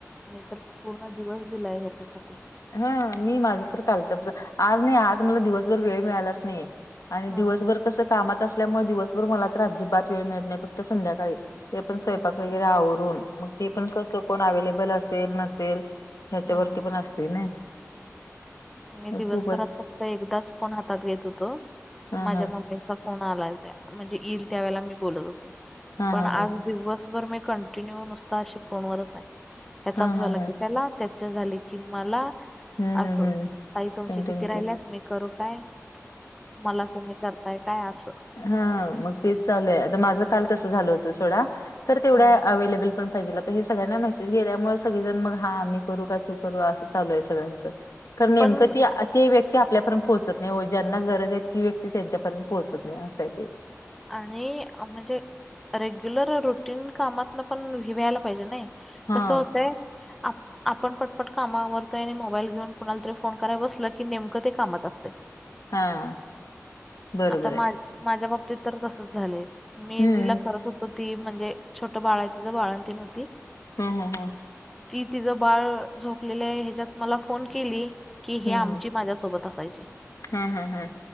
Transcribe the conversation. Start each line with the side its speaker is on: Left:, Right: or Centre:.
Centre: मी तर पूर्ण दिवस दिलाय त्यासाठी.
Left: हा मी माझं तर लत आज नाही आज मला दिवसभर वेळ मिळालाच नाही. आणि
Centre: हम्म
Left: दिवसभर कसं कामात असल्यामुळे दिवसभर मला तर अजिबात वेळ मिळत नाही फक्त संध्याकाळी ते पण स्वयंपाक
Centre: हम्म
Left: वगैरे आवरून मग ते पण कसं कोण अवे्लेबल असेल नसेल. ह्याच्या
Centre: हम्म
Left: वरती पण असते ना
Centre: मी दिवसभरात
Left: खूपच
Centre: फक्त एकदाच फोन हातात घेत होतो
Left: हा
Centre: माझ्या
Left: हा
Centre: मम्मी कोण आलाय त्या म्हणजे येईल त्या वेळेला मी बोलत होतो
Left: हा
Centre: पण
Left: हा
Centre: आज
Left: हा
Centre: दिवसभर मी कंटिन्यू नुसता अशी फोनवरच आहे हचा
Left: हा
Centre: झाला
Left: हा
Centre: की
Left: हा
Centre: त्याला त्या झाले की मला
Left: हम्म
Centre: अस
Left: हम्म हम्म
Centre: ताई तुमचे
Left: कंटिन्यू
Centre: किती राहिल्या मी करू काय मला तुम्ही करताय काय असं
Left: हा मग तेच चालू आहे आता माझं काल तसं झालं होत सोडा तर तेवढ्या
Centre: हम्म
Left: अवेलेबल पण पाहिजे तर हे सगळ्यांना मेसेज गेल्यामुळे सगळेजण मग हा मी करू का तू करू असं चालू आहे सगळ्यांचं कारण नेमकं
Centre: पण
Left: ती व्यक्ती आपल्यापर्यंत पोहोचत नाही व ज्यांना गरज आहे ती व्यक्ती त्यांच्यापर्यंत पोहोचत नाही असंय ते
Centre: आणि म्हणजे रेग्युलर रुटीन कामातन पण वि व्यायला पाहिजे नाही
Left: हा
Centre: कसं होतय आप आपण पटपट कामावरतोय आणि मोबाईल घेऊन कुणाला तरी फोन करायला बसल की नेमकं ते कामात असते
Left: हा बरोबर
Centre: आता मा
Left: आहे
Centre: माझ्या बाबतीत तर तसच झालंय. मी
Left: हम्म
Centre: जिला करत होतो ती म्हणजे छोटं बाळ आहे तिथ बाळणतीन होती.
Left: हम हम हं
Centre: ती तिचं बाळ झोपलेलं आहे ह्याच्यात मला फोन केली. की हे
Left: हम्म
Centre: आमची माझ्यासोबत असायचे
Left: हम्म हम्म हा हा हा